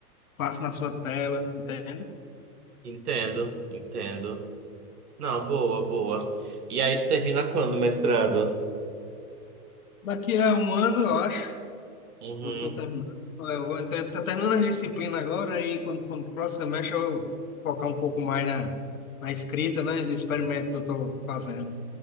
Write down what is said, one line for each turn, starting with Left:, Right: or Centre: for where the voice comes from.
Left: passa na sua tela, entende?
Right: Entendo, entendo. Não, boa, boa. E aí tu termina quando, mestrado?
Left: Daqui a um ano, eu acho,
Right: Uhum.
Left: Eu tô terminando, eu vou entrar, tá terminando as disciplinas agora e quando for no próximo semestre eu focar um pouco mais na, na escrita, né, do experimento que eu estou fazendo.